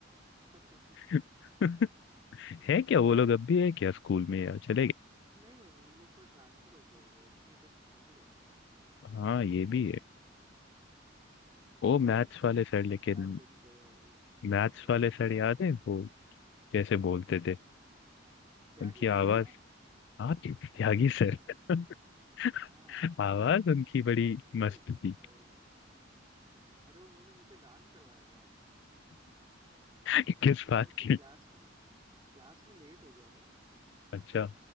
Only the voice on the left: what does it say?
<laughs> है क्या वो लोग अब भी है क्या स्कूल में या चले गए
हाँ ये भी है वो मैथ्स वाले सर
लेकिन
मैथ्स
वाले सर याद है वो कैसे बोलते थे
उनकी
आवाज
हाँ त्यागी सर <laughs>
आवाज उनकी बड़ी
मस्त थी
<laughs> किस
बात
की
अच्छा